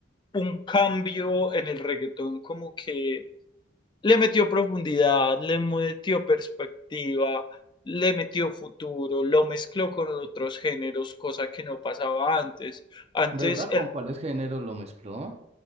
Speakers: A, on the left; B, on the right.
A: un cambio en el reggaetón, como que le metió profundidad, le metió perspectiva, le metió futuro, lo mezcló con otros géneros, cosa que no pasaba antes. Antes,
B: ¿Verdad? ¿Con
A: él,
B: cuáles géneros lo mezcló?